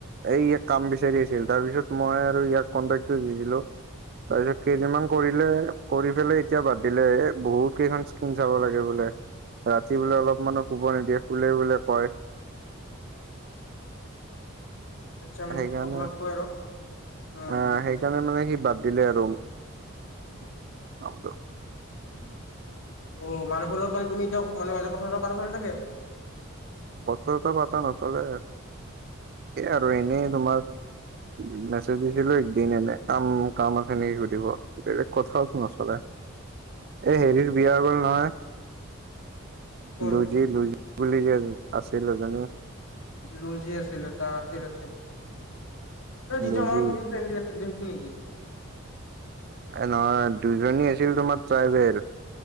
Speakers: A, on the right; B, on the left.
A: ই ইয়াত কাম বিচাৰি আছিল, তাৰ পিছত মই আৰু ইয়াক কন্টেক্টটো দি দিলোঁ। তাৰপিছত কেইদিনমান কৰিলে, কৰি পেলাই এতিয়া বাদ দিলে। এ বহুত কেইখন স্ক্ৰিন চাব লাগে বোলে। ৰাতি বোলে অলপ মানো শুব নিদিয়ে, শুলে বোলে কয়।
B: আচ্ছা মানে
A: সেইকাৰণে,
B: অকমান
A: অ',
B: কৈ আৰু উম
A: সেইকাৰণে মানে সি বাদ দিলে আৰু।
B: <inaudible>
A: <unintelligible>
B: অ', মানুহজনৰ লগত মানে তুমি দিয়ক মানে মাজে মাজে কথা বতৰা চলি থাকে।
A: কথা বাৰ্তা নচলে আৰু এনেই তোমাৰ। মেছেজ দিছিলোঁ একদিন এনেই। কাম কাম আছে নেকি সুধিব! বেলেগ কথাওটো নচলে। এ হেৰিৰ বিয়া গ'ল নহয়।
B: কোন
A: লুজি, লুজি বুলি যে আছিল এজনী।
B: লুজি আছিলে, এটা আছিল আছিল। যিটো
A: লুজি
B: আমাৰ ফ্ৰেণ্ডলি আছিল। সেইটো এইটো নেকি?
A: নহয় দুজনী আছিল তোমাৰ ট্ৰাইবেল